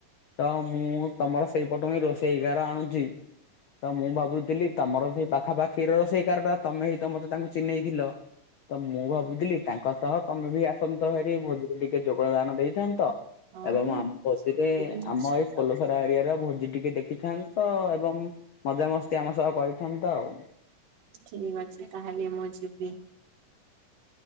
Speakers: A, on the left; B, on the right.
A: ତ ମୁଁ ତମର ସେଇପଟୁ ହିଁ ରୋଷେଇକାର ଆଣୁଛି। ତ ମୁଁ ଭାବୁଥିଲି ତମର ସେଇ ପାଖା ପା ଖି ର ରୋଷେଇକାର ଟା ତମେ ହି ତ ମତେ ତାଙ୍କୁ ଚିହ୍ନେଇଥିଲ। ତ ମୁଁ ଭାବୁଥିଲି ତାଙ୍କ ସହ ତମେ ବି ଆସନ୍ତ ହେରି ଭୋଜିରେ ଟିକେ ଯୋଗଦାନ ଦେଇଥାନ୍ତ।
B: ହଁ
A: ଏବଂ
B: ମୁଁ
A: ଆମ ଭୋଜିରେ
B: ଯିବି ନିଶ୍ଚିତ।
A: ଆମ ଏଇ ଫୋଲ ଖରା ଏରିଆର ଭୋଜି ଟିକେ ଦେଖିଥାନ୍ତ ଏବଂ ମଜାମସ୍ତି ଆମ ସହ କରିଥାନ୍ତା ଆଉ।
B: ଠିକ ଅଛି ତାହେଲେ ମୁଁ ଯିବି।